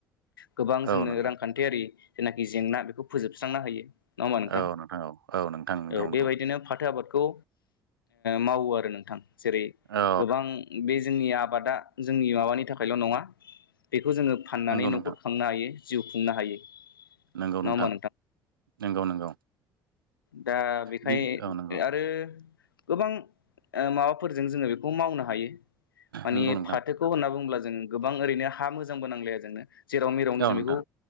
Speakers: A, on the left; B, on the right.
A: गोबां जोंनो
B: औ नोंथां
A: रांखान्थियारि जेनाखि जेंना बेखौ फोजोबस्रांनो हायो। नङा होमबा नोंथां
B: औ औ औ नोंथां नंगौ
A: औ
B: नंगौ
A: बेबायदिनो फाथो आबादखौ मावो आरो नोंथां जेरै
B: औ
A: गोबां बे जोंनि आबादा जोंनि माबानि थाखायल' नङा बेखौ जोङो फाननानै
B: नंगौ
A: न'खर
B: नोंथां
A: खांनो हायो। जिउ खुंनो हायो
B: नंगौ
A: नङा
B: नोंथां
A: होमबा
B: नंगौ नंगौ।
A: दा बेखाय
B: बि औ नंगौ
A: आरो गोबां माबाफोरजों जोङो बेखौ मावनो हायो। मानि
B: नंगौ नोंथां
A: फाथोखौ होनना बुङोब्ला जों गोबां ओरैनो हा मोजांबो नांलाया जोंनो जेराव मेरावनो
B: औ
A: जों
B: नोंथां
A: बेखौ